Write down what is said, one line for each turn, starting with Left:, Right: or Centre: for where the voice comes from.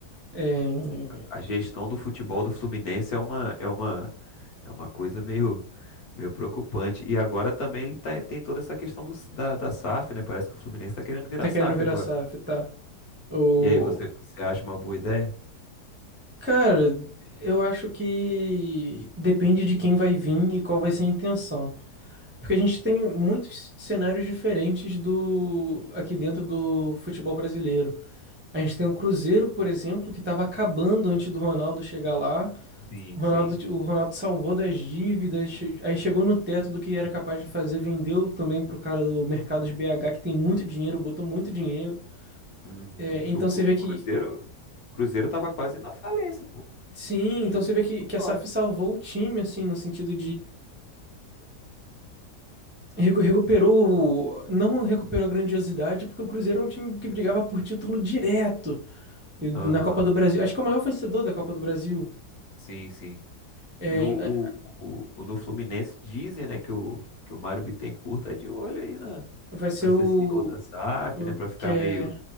Right: É,
Left: a gestão do futebol do Fluminense é uma é uma é uma coisa meio meio preocupante. E agora também ele tá- tem toda essa questão do, da, da SAF, né? Parece que o Fluminense está querendo virar
Right: tá
Left: SAF
Right: querendo virar
Left: agora.
Right: SAF, tá? O
Left: E aí, você, você acha uma boa ideia?
Right: cara, eu acho que depende de quem vai vir e qual vai ser a intenção. Porque a gente tem muitos cenários diferentes do aqui dentro do futebol brasileiro. A gente tem o Cruzeiro, por exemplo, que estava acabando antes do Ronaldo chegar lá.
Left: Sim,
Right: O Ronaldo,
Left: sim.
Right: o Ronaldo salvou das dívidas, che- aí chegou no teto do que era capaz de fazer, vendeu também pro cara do mercado de BH, que tem muito dinheiro, botou muito dinheiro.
Left: Uhum.
Right: É, então
Left: O, Cru-
Right: você vê
Left: o
Right: que.
Left: Cruzeiro, o Cruzeiro tava quase na falência, pô.
Right: Sim,
Left: Chegou
Right: então você vê que,
Left: muito
Right: que
Left: próximo.
Right: a SAF salvou o time, assim, no sentido Recu- Recuperou, não recuperou a grandiosidade, porque o Cruzeiro é um time que brigava por título direto
Left: Aham.
Right: na Copa do Brasil. Acho que é o maior vencedor da Copa do Brasil.
Left: Sim, sim.
Right: É,
Left: E o, o,
Right: é,
Left: o- o- no Fluminense dizem, né, que o que o Mário Bittencourt tá de olho aí na
Right: vai ser
Left: para ser
Right: o,
Left: CEO da SAF,
Right: o
Left: né, para ficar
Right: que é.
Left: meio